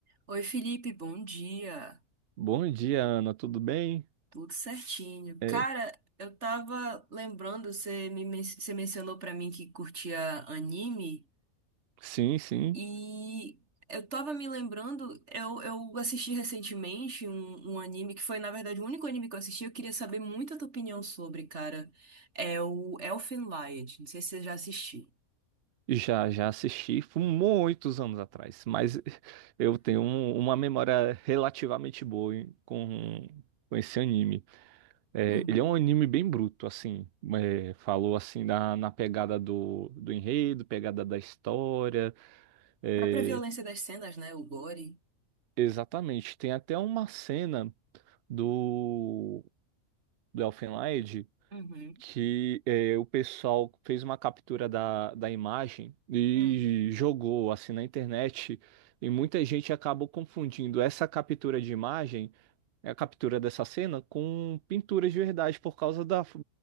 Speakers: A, on the right (about 50°); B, on the right (about 75°).
A: Oi, Felipe, bom dia.
B: Bom dia, Ana, tudo bem?
A: Tudo certinho.
B: É,
A: Cara, eu tava lembrando, você me, men- você mencionou pra mim que curtia anime
B: sim, sim,
A: e eu tava me lembrando, eu, eu assisti recentemente um, um anime que foi, na verdade, o único anime que eu assisti, eu queria saber muito a tua opinião sobre, cara. É o Elfen Lied. Não sei se você já assistiu.
B: já já assisti, foi muitos anos atrás, mas <laughs> eu tenho um- uma memória relativamente boa em- com, com esse anime. É,
A: Uhum.
B: ele é um anime bem bruto, assim, é, falou assim na, na pegada do, do enredo, pegada da história, é,
A: Própria violência das cenas, né? O gore.
B: exatamente. Tem até uma cena do, do Elfen Lied
A: Uhum.
B: que eh, o pessoal fez uma captura da, da imagem e
A: Hum.
B: jogou assim na internet, e muita gente acabou confundindo essa captura de imagem, a captura dessa cena, com pintura de verdade, por causa da, f-